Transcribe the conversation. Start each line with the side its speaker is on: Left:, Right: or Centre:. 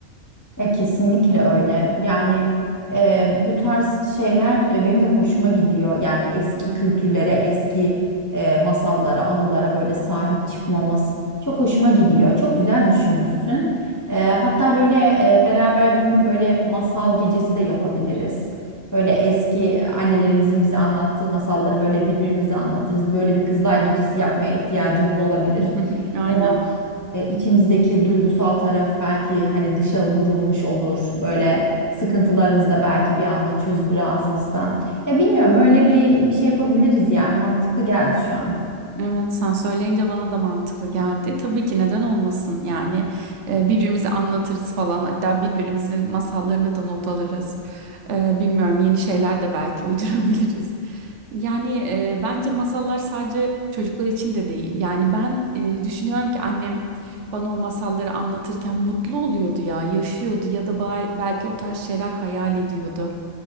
Left: Ya kesinlikle öyle. Yani e, bu tarz şeyler e, benim de hoşuma gidiyor. Yani eski kültürlere, eski e, masallara, anılara böyle sahip çıkmamız çok hoşuma gidiyor. Çok güzel düşünmüşsün. E, hatta böyle e, beraber bir böyle masal gecesi de yapabiliriz. Böyle eski annelerimizin bize anlattığı masalları böyle birbirimize anlatırız. Böyle bir kızlar gecesi yapmaya ihtiyacımız olabilir.
Right: <laughs> Aynen.
Left: Hem o e, içimizdeki duygusal taraf belki hani dışa vurulmuş olur. Böyle sıkıntılarımız da belki bir anda çözülür ağzımızdan. Ya bilmiyorum öyle bir bir şey yapabiliriz yani mantıklı geldi şu an.
Right: Evet, sen söyleyince bana da mantıklı geldi. Tabii ki neden olmasın yani e, birbirimize anlatırız falan hatta birbirimizin masallarını da not alırız. E, bilmiyorum yeni şeyler de belki <laughs> uydurabiliriz. Yani e, bence masallar sadece çocuklar için de değil. Yani ben e, düşünüyorum ki annem bana o masalları anlatırken mutlu oluyordu ya yaşıyordu ya da ba- belki o tarz şeyler hayal ediyordu.